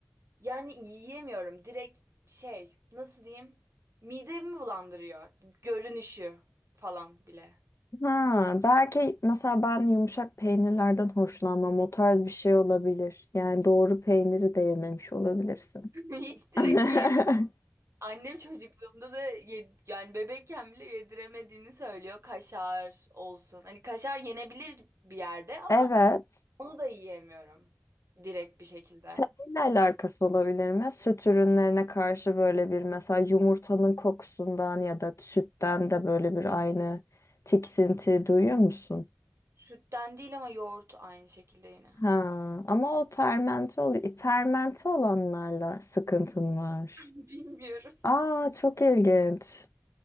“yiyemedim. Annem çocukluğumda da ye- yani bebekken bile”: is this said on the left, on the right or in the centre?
Right